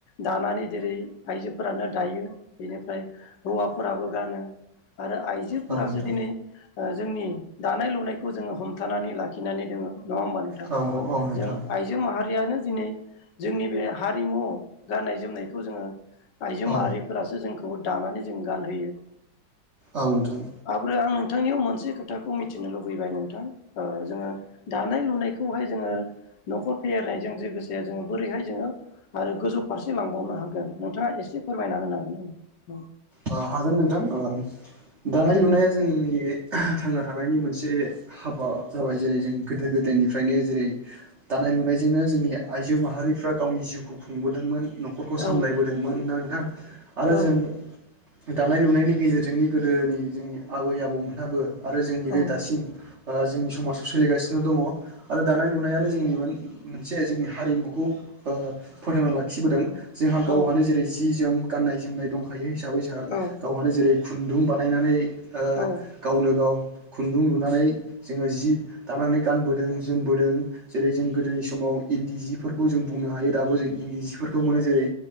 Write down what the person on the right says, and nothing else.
औ औ नोंथां
औ नोंथां
औ
औ नोंथां।
ओ हागोन नोंथां ओ दानाय-लुनाया जोंनि। थांना थानायनि मोनसे हाबा जाबाय जेरै जों गोदो गोदायनिफ्रायनो जेरै दानाय-लुनायजोंनो जोंनि आइजो माहारिफ्रा गावनि जिउखौ खुंबोदोंमोन। न'खरखौ सामलायबोदोंमोन
ना नोंथां आरो
जों दानाय-लुनायनि गेजेरजोंनि गोदोनि जोंनि आबै-आबौमोनाबो आरो जोंनि
बे दासिम ओ जोंनि समाजाव सोलिगासिनो दङ'आरो दानाय-लुनायानो जोंनि। मोनसे जोंनि हारिमुखौ ओ फोथांना लाखिबोदों। जोंहा गावहानो
जेरै जि जोम गाननाय-जोमनाय दंखायो हिसाबै जों
गावहानो जेरै खुन्दुं बानायनानै ओ
गावनो गाव खुन्दुं लुनानै जोङो जि दानानै गानबोदों जों बोदों जेरै जों गोदोनि समाव इन्दि जिफोरखौ जों बुंनो हायो दाबो जों इन्दि जिफोरखौ मोनो जेरै